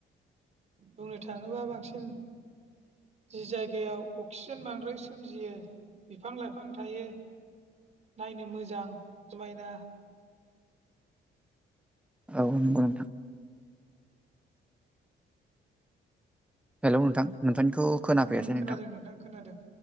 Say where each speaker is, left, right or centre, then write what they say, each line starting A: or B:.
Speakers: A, on the right; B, in the centre.
A: बुंनो थाङोबा बांसिन जि जायगायाव अक्सिजेन बांद्राय सोमजियो बिफां लाइफां थायो नायनो मोजां समायना
B: औ नंगौ नोंथां हेल' नोंथां नोंथांनिखौ खोनाफैयासै
A: उम खोनादों
B: नोंथां
A: खोनादों